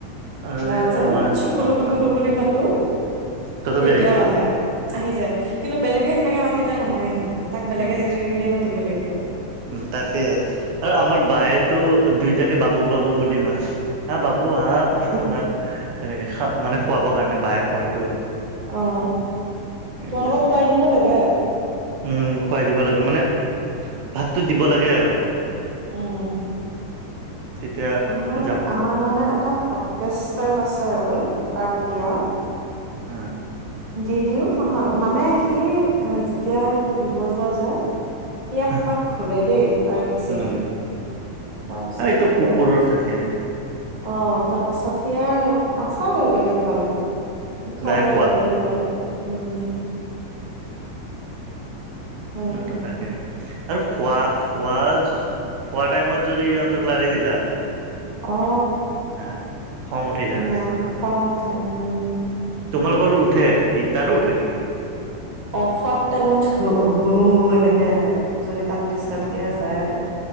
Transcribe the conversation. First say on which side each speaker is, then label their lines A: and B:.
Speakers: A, on the right; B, on the right.
A: আৰু
B: মই
A: এই
B: যে
A: আমাৰ
B: চুকুলো
A: অ
B: পুকুলো
A: কোৱা
B: বুলি মাতো
A: তথাপি
B: তেতিয়াও
A: আহি যায়
B: আহে। আহি যায়, কিন্তু বেলেগে সেনেকে মাতিলে নাহে সি, তাক বেলেগে
A: উম
B: জিমি বুলিয়ে মাতিব লাগিব।
A: উম তাকে আৰু আমাৰ বায়েতো দুইটাকে বাবু, বাবু বুলি মাতে। আহ বাবু আহ আহ তেনেকে মানে খুৱাবৰ কাৰণে বায়ে খুৱাইতো।
B: অঁ
A: এইবিলাক
B: তোমালোকৰ খোৱাই দিব লাগে?
A: উম খুৱাই দিব লাগে, মানে ভাতটো দিব লাগে আৰু।
B: উম।
A: তেতিয়া
B: আমাৰ
A: যাব
B: আমাৰ মানে এটা হটকেজ টাইপ আছে আৰু তাক দিয়া।
A: আঁহ
B: দি দিও নহয়, মানে সি এ যেতিয়া সেইটো দিব যোৱা যায়। সি এক
A: হা
B: পাক ঘূৰে দেই তাৰে পিছৰে।
A: উম
B: তাৰপিছত
A: এইটো
B: আৰু এতিয়া
A: কুকুৰৰ থাকে
B: অঁ তাৰ পাছত সি আৰু নেচাও আৰু বেলেগ ফালে, খাবই
A: দাই খোৱা
B: আৰু সেনে- কা টাইপ উম। উম
A: ইহত‍ঁৰ থাকেই। আৰু খোৱা খোৱা খোৱা টাইমত যদি ইহঁতক লাৰি দিলা,
B: অ
A: নাই খং উঠি যায়
B: নাই
A: সিহঁতৰ।
B: খং উঠে উম
A: তোমালোকৰ উঠে ই তাৰো উঠে নেকি?
B: অঁ খোৱা টাইমত হু হু এনেকে আহে, যদি তাক ডিষ্টাৰ্ব
A: উম
B: দিয়া যায় আৰু।